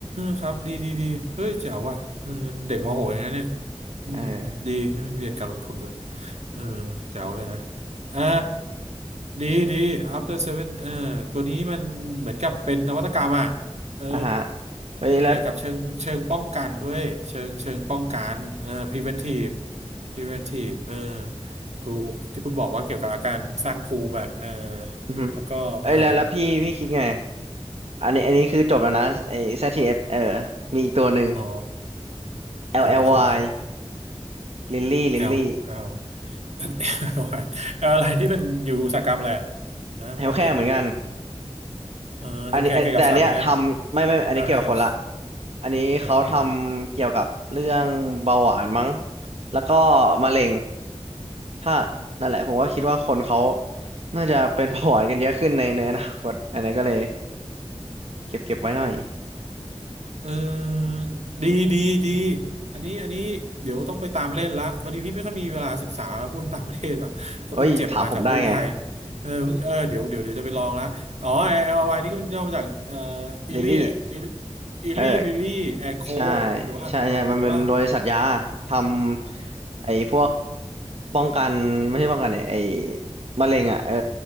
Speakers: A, on the right (about 80°); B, on the right (about 65°).
A: ครับดีดีดีเฮ้ยเจ๋วว่ะเออเด็กมหกเลยนะเนี่ยอืมดีให้มันเรียนการลงทุนด้วย
B: เออ
A: เออเจ๋วเลยนะอ่าดีดี After Seven เออตัวนี้มันเหมือนกับเป็นนวัตกรรมอ่ะเออ
B: อ่ะฮะเฮ้ยแล้ว
A: มันเกี่ยวกับเชิงเชิงป้องกันด้วยเชิงเชิงป้องกันเออ preventive preventive เออถูกที่คุณบอกว่าเกี่ยวกับอาการสร้างภูมิอ่ะเออ
B: อือหือ
A: แล้วก็เออ
B: เอ้ยแล้วแล้วพี่พี่คิดไงอันนี้อันนี้คือจบแล้วนะไอ้ ZTS เอสเออมีอีกตัวหนึ่ง
A: อ๋อ
B: LLY
A: ตัวนึงคืออะไร
B: Lily Lily
A: L L <laughs> เอาอะไรเอาอะไรที่มันอยู่อุตสาหกรรมอะไรอ่ะนะบอกดิ
B: เฮลแค่เหมือนกัน
A: เออโอเคเกี่ยวกับสัตว์เหมือนกัน
B: อันนี้แต่อันเนี้ยทำไม่ไม่อันนี้เกี่ยวกับคนละ
A: นะเกี่ยวกับ
B: อันนี้เขาทำเกี่ยวกับเรื่องเบาหวานมั้ง
A: เออ
B: แล้วก็มะเร็งถ้านั่นแหละผมก็คิดว่าคนเขาน่าจะเป็นเบาหวานกันเยอะขึ้นในในอนาคตอันนี้ก็เลยเก็บเก็บไว้หน่อย
A: เออดีดีดีอันนี้อันนี้เดี๋ยวต้องไปตามเล่นละพอดีพี่ไม่ค่อยมีเวลาศึกษาหุ้นต่างประเทศว่ะก็เพิ่งเจ็บมาจากหุ้นไทย
B: เอ้ยถามผมได้ไง
A: เออเพิ่งเออเดี๋ยวเดี๋ยวเดี๋ยวจะไปลองละอ๋อแอ LLY นี่ก็มันย่อมาจากเอ่ออิลี่อิ
B: ลิลลี่เออ
A: ลี่ลิลี่แอนโค
B: ใช่
A: หรือว่าหรือว่า
B: ใช่ใช่มันเป็นบริษัทยาทำไอ้พวกป้องกันไม่ใช่ป้องกันเนี่ยไอ้มะเร็งอ่ะเออ